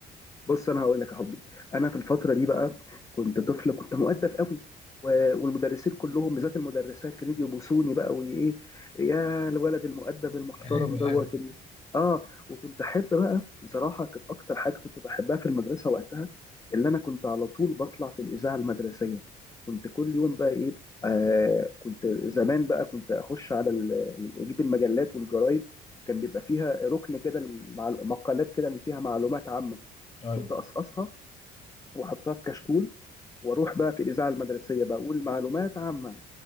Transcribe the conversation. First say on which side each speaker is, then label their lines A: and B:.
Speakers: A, on the left; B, on the left.
A: بص انا هقول لك يا حبي انا في الفتره دي بقى كنت طفل كنت مؤدب قوي و- والمدرسين كلهم بالذات المدرسات كانوا يجوا يبوسوني بقى وايه يا الولد المؤدب المحترم
B: <laughs> ايوه
A: دوت
B: ايوه
A: ال... اه وكنت احب بقى بصراحه كانت اكتر حاجه كنت بحبها في المدرسه وقتها اللي انا كنت على طول بطلع في الاذاعه المدرسيه كنت كل يوم بقى ايه آه كنت زمان بقى كنت اخش على ال- اجيب المجلات والجرايد كان بيبقى فيها ركن كده مع مقالات كده اللي فيها معلومات عامه
B: ايوه
A: كنت اقصقصها واحطها في كشكول واروح بقى في الاذاعه المدرسيه بقى اقول معلومات عامه